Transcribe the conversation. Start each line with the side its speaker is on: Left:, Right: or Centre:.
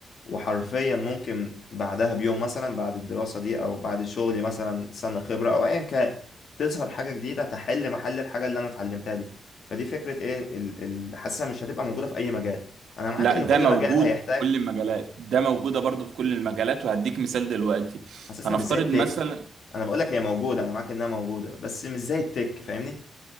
Left: وحرفيا ممكن بعدها بيوم مثلا بعد الدراسة دي أو بعد شغلي مثلا سنة خبرة أو أيا كان تظهر حاجة جديدة تحل محل الحاجة اللي أنا اتعلمتها دي فدي فكرة إيه ال- ال- حاسسها مش هتبقى موجودة في أي مجال أنا معاك
Right: لا
Left: إن
Right: ده
Left: كل
Right: موجود
Left: مجال هيحتاج
Right: في كل المجالات ده موجودة برضو في كل المجالات وهديك مثال دلوقتي
Left: حاسسها
Right: هنفترض
Left: مش زي التك
Right: مثلا
Left: انا بقول لك هي موجوده انا معاك انها موجوده بس مش زي التك فاهمني